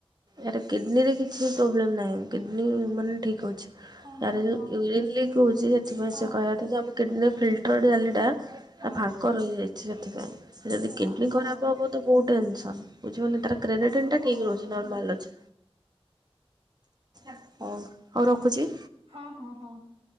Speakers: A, on the right; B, on the right.
A: ୟାର ତ କିଡ଼ନୀରେ କିଛି ପ୍ରୋବ୍ଲେମ୍ ନାହିଁ କିଡ଼ନୀ ମାନେ ଠିକ୍ ଅଛି।
B: ହଁ
A: ତାର
B: ହଁ
A: ଯୋଉ
B: ହଁ
A: ୟୁରିନ୍ ଲିକ୍ ହଉଛି ସେଥିପାଇଁ
B: ହଁ
A: ସେ କହିବା କଥା ଯେ ଆମ କିଡ଼ନୀ ଫିଲ୍ଟର୍ ଜାଲିଟା
B: ହଁ।
A: ତା ଫାଙ୍କ ରହିଯାଇଛି ସେଥିପାଇଁ ଯଦି
B: ଓହୋ
A: କିଡ଼ନୀ
B: ହଁ
A: ଖରାପ ହବ ତ ବହୁତ ଟେନସନ୍ ବୁଝି ପାରିଲେ। ତାର କ୍ରେଡେଟିନ
B: ହଁ
A: ଟା
B: ହଁ
A: ଠିକ ରହୁଛି
B: ହଁ
A: ନର୍ମାଲ ଅଛି ହଉ। ହଉ ରଖୁଛି।
B: ହଁ ହଁ ହଁ ହଁ।